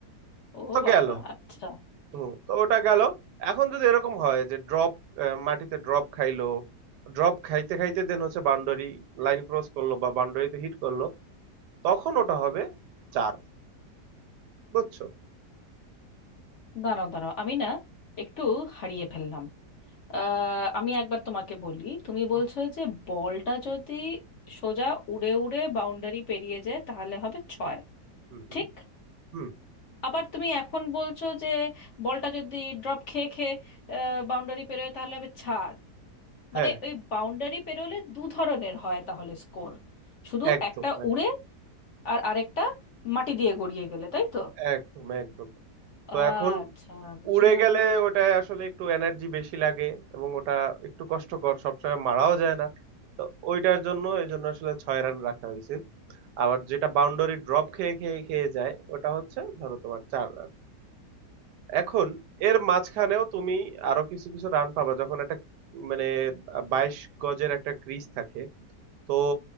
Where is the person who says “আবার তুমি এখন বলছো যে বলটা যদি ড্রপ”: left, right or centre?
Left